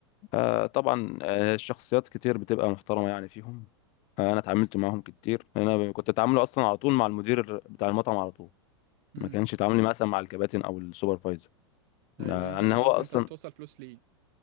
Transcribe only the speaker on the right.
امم
ايوه
لان انت
اللي
خلاص
انت بتوصل فلوس ليه